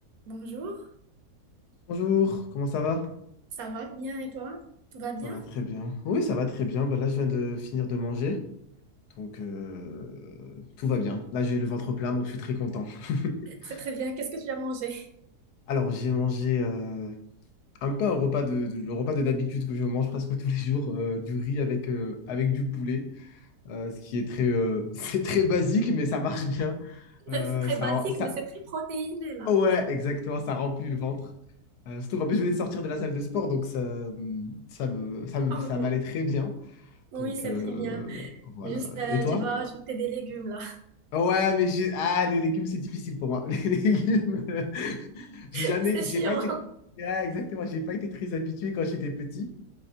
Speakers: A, on the right; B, on the left.
A: Bonjour,
B: Bonjour, comment ça va?
A: ça va bien et toi? Tout va bien?
B: Ça va très bien. Oui, ça va très bien. Bah, là, je viens de finir de manger. Donc, euh, tout va bien. Là, j'ai le ventre plein, donc je suis très content. <laughs>
A: C'est très bien, qu'est-ce que tu as mangé?
B: Alors, j'ai mangé euh, un peu un repas de, de- le repas de d'habitude que je mange presque tous les jours, euh, du riz avec, euh, avec du poulet, euh, ce qui est très, euh, <laughs> c'est très basique, mais ça marche bien.
A: <laughs>
B: Euh,
A: C'est très
B: ça,
A: basique,
B: ça,
A: mais c'est très protéiné là.
B: ouais, exactement, ça remplit le ventre. Euh, surtout qu'en plus, je venais de sortir de la salle de sport, donc ça, ça me, ça me-
A: Oh,
B: ça m'allait très bien.
A: oui,
B: Donc,
A: c'est
B: euh,
A: très bien.
B: voilà.
A: Juste, euh,
B: Et toi?
A: tu dois ajouter des légumes là.
B: Ouais, mais j'ai... Ah, les légumes, c'est difficile pour moi. <laughs> Les légumes, euh, j'ai
A: <laughs>
B: jamais...
A: C'est chiant.
B: J'ai pas été... Ouais, exactement, j'ai pas été très habitué quand j'étais petit.